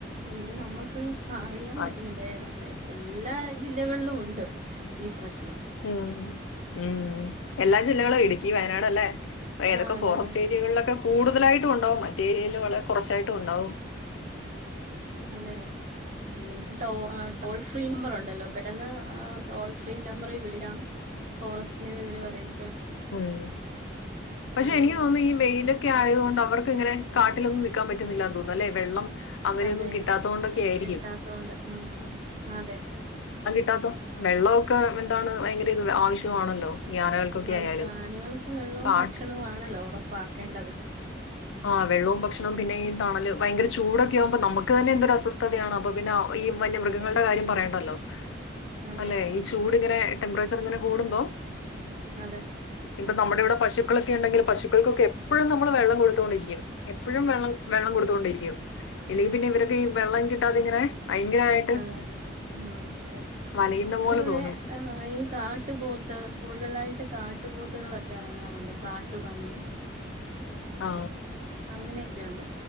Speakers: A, on the right (about 35°); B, on the left (about 80°).
A: എങ്കിലും നമക്ക് ആ അറിയാൻ
B: അതെ
A: പറ്റുന്നില്ല ഏതാണ എല്ലാ ജില്ലകളിലും ഉണ്ട് ഈ പ്രശ്നം
B: ഉം ഉം എല്ലാ ജില്ലകൾ ഇടുക്കി വയനാട്ല്ലേ അപ്പ ഏതൊക്കെ
A: ആ അതെ
B: ഫോറസ്റ്റ്
A: അതെ
B: ഏരിയകളിലൊക്കെ കൂടുതലായിട്ടും ഉണ്ടാവും മറ്റേരിയല് വളരെ കുറച്ചായിട്ടും ഉണ്ടാവും
A: അതെ പിന്നെ ഇപ്പ ടോൾ ഫ്രീ നമ്പർ ഉണ്ടല്ലോ പെട്ടെന്ന് ടോൾ ഫ്രീ നമ്പറി വിളിക്കാണ് ഫോറസ്റ്റിന് വിവരം അറിയി
B: ഉം
A: പിന്നെ
B: പക്ഷെ എനിക്ക് തോന്നുന്നു
A: ആ
B: ഈ മെയ്‌ല് ക്കെ ആയതുകൊണ്ട് അവർക്ക് ഇങ്ങനെ കാട്ടിലൊന്നും നിൽക്കാൻ പറ്റുന്നില്ലാന്ന്തോന്നുന്നു അല്ലെ വെള്ളം അങ്ങനെയൊന്നും
A: അതെ
B: കിട്ടാത്തതുകൊണ്ടൊക്കെ ആയിരിക്കും
A: കിട്ടാത്തൊണ്ട് ഉം അതെ
B: ട്ടത്തോ വെള്ളമൊക്കെ എന്താണ് ഭയങ്കര ഇത് ആവശ്യമാണല്ലോ ആനകൾക്കൊക്കെ
A: ആവശ്യം
B: ആയാലും
A: ആനകൾക്ക് വെള്ളവും
B: പാട്ട്
A: ഭക്ഷണവും ആണല്ലോ ഉറപ്പ് പാക്കേണ്ടത്
B: ആ വെള്ളവും ഭക്ഷണവും പിന്നെയീ തണല് ഭയങ്കര ചൂടൊക്കെ ആകുമ്പോ നമുക്ക് തന്നെ എന്തൊരസ്വസ്ഥതയാണ് അപ്പ പിന്നെ ഈ വന്യമൃഗങ്ങളുടെ
A: അതെ
B: കാര്യം പറയേണ്ടല്ലോ
A: അതെ
B: അല്ലെ
A: അതെ
B: ഈ ചൂട്ങ്ങനെ ടെംമ്പറേച്ചർ ഇങ്ങനെ കൂടുമ്പോ
A: അതെ
B: ഇപ്പ നമ്മുടെവിടെ പശുക്കളൊക്കെ ഉണ്ടെങ്കിൽ പശുക്കൾകൊക്കെ എപ്പളും നമ്മള് വെള്ളം കൊടു ടുത്തോണ്ടിരിക്കും എപ്പോഴും വെള്ളം വെള്ളം കൊടുത്തോണ്ടിരിക്കും ഇല്ലെങ്കിൽ പിന്നെ ഇവരൊക്കെ ഈ വെള്ളം കിട്ടാതെ ഇങ്ങനെ ഭയങ്കരമായിട്ട്
A: അതെ ആ അതെ
B: വലയുന്ന
A: നമ്മള
B: പോലെ
A: ഇവിടെ
B: തോന്നും
A: ഈ കാട്ടുപോത്ത് കൂടുതലായിട്ട് കാട്ടുപോത്തുകളൊക്കെ ഇറങ്ങാറുണ്ട് കാട്ടുപന്നി
B: ആ
A: അങ്ങനെഒക്കെയൊണ്ട്